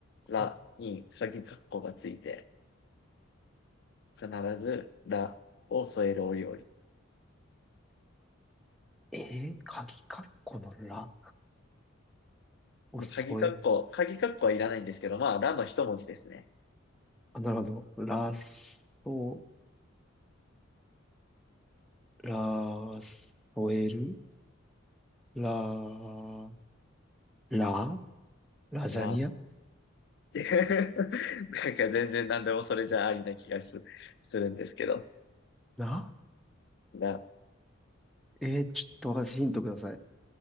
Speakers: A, on the left; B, in the centre.
A: らに鍵括弧がついて、
B: はい
A: 必ず、らを添えるお料理。
B: えー、鍵かっこのらを添え、
A: 鍵括弧、鍵括弧はいらないんですけど、まあ、らの一文字ですね。
B: あ、なるほど。ら、そ、ら、添えるら、ら、ラザニア
A: ら。<laughs> なんか全然何でもそれじゃありな気がす、するんですけど、
B: ら
A: な、
B: えー、ちょっと私ヒントください。